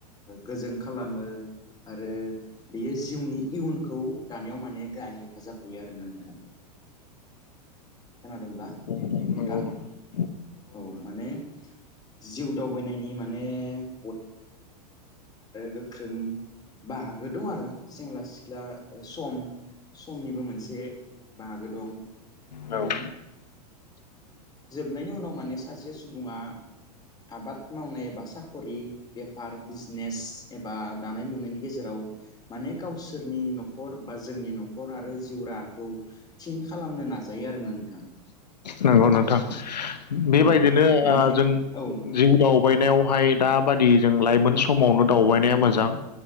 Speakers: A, on the left; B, on the left.
A: गोजों खालामो आरो बेयो जिउनि इयुनखौ दानायाव माने गाहाय हेफाजाब होयो आरोना नोंथां खोनादोंब्ला?
B: नंगौ
A: नोंथां
B: नंगौ।
A: औ माने जिउ दावबायनायनि माने माने गोख्रों बाहागो दं आरो सेंग्रा सिख्ला सम समनिबो मोनसे बाहागो दं माने
B: <inaudible> औ
A: मोननायनि उनाव माने सासे सुबुङा आबाद मावनाय एबा साखरि बेफार बिजनेस एबा दानाय लुनायनि गेजेराव माने गावसोरनि नखर बा जोंनि नखर आरो जिउराहाखौ थिन खालामनो नाजायो आरो। आरोना नोंथां।
B: नंगौ नोंथां। बेबायदिनो
A: औ
B: ओ
A: माने
B: जों
A: औ
B: जिउ दाव बायनायावहाय दाबादि जों लाइमोन समावनो दावबायनाया मोजां।